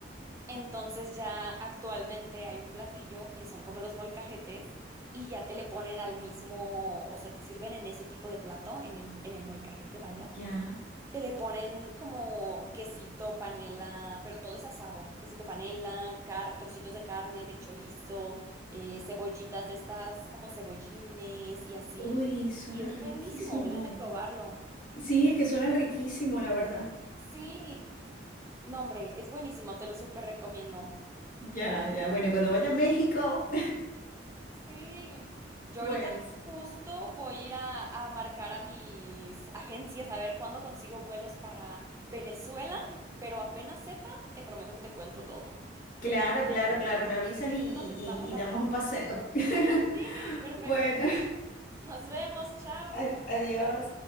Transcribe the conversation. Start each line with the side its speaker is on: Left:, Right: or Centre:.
Right: Entonces ya actualmente hay un platillo que son como los molcajetes y ya te le ponen al mismo, o sea, te sirven en ese tipo de plato, en el, en el molcajete, vaya.
Left: Ya.
Right: Que le ponen como quesito, panela, pero todo es asado. Quesito, panela, car trocitos de carne, de chorizo, eh, cebollitas de estas como cebollines y así.
Left: Uy, suena
Right: Y es
Left: riquísimo.
Right: buenísimo, debes de probarlo.
Left: Sí, es que suena riquísimo, la verdad.
Right: Sí, no, hombre, es buenísimo, te lo súper recomiendo.
Left: Ya, ya. Bueno, cuando vaya a México,
Right: Sí. Yo
Left: <laughs> pues.
Right: ahorita justo voy a ir a, a marcar a mis agencias a ver cuándo consigo vuelos para Venezuela, pero apenas sepa, te prometo que te cuento todo.
Left: Claro, claro, claro, me avisas
Right: Sí,
Left: y, y-
Right: nos estamos
Left: y- y
Right: hablando.
Left: damos un paseo. <laughs>
Right: Sí, perfecto.
Left: Bueno,
Right: Nos vemos, chao.
Left: a- adiós.